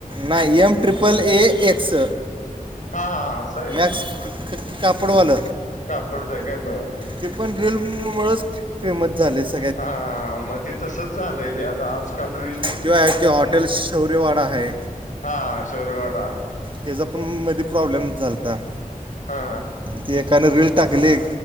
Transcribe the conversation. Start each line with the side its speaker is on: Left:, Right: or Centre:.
Right: नाही एम ट्रिपल ए एक्स.
Left: हा हा हा असं आहे
Right: मॅक्स क क कापडवाल.
Left: कापडच आहे काय बरं
Right: ते पण रील मुळच फेमस झालेच.
Left: हा म्हणजे तसच झालंय रे आता आजकाल रील
Right: त्यो आहे ते हॉटेल शौर्यवाडा आहे.
Left: हा शौर्यवाडा
Right: त्येचा पण मध्ये प्रॉब्लेम झालता.
Left: हा
Right: ती एकन रील टाकली.